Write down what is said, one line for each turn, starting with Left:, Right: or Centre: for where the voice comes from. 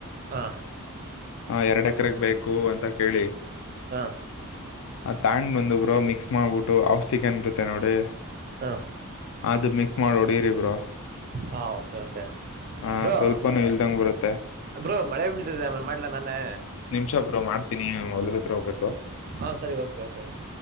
Right: ಹಾ
Left: ಹಾ ಎರಡ್ ಎಕರೆಗೆ ಬೇಕು ಅಂತ ಕೇಳಿ
Right: ಹಾ
Left: ಅದ ತಗೊಂಡ್ ಬಂದು ಬ್ರೋ ಮಿಕ್ಸ್ ಮಾಡ್ಬಿಟ್ಟು ಔಷಧಿ ಗಂತ ಇರುತ್ತೆ ನೋಡಿ
Right: ಹಾ
Left: ಅದು ಮಿಕ್ಸ್ ಮಾಡಿ ಹೊಡಿರಿ ಬ್ರೋ
Right: ಹಾ ಓಕೆ ಓಕೆ
Left: ಹ
Right: ಬ್ರೋ
Left: ಸ್ವಲ್ಪನೂ ಇಲ್ದಂಗ್ ಬರುತ್ತೆ
Right: ಬ್ರೋ ಮಳೆ ಬೀಳ್ತಿದೆ ಆಮೇಲೆ ಮಾಡ್ಲಾ ನಾನೇ
Left: ಸೂರ್ ಬ್ರೋ ಮಾಡ್ತೀನಿ ನಾನು ಹೊಲದ ಹತ್ರ ಹೋಗ್ಬೇಕು.
Right: ಹಾ ಸರಿ ಓಕೆ ಓಕೆ ಬ್ರೋ